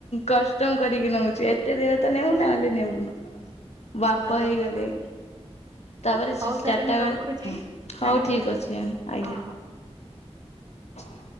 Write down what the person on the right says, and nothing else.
<inaudible>
ଭଲ
ଭଲ
ହଉ
ତାହେଲେ ମୁଁ
ରଖୁଛି
ଟାଇମ ହେଲାଣି
ହଁ ହଁ।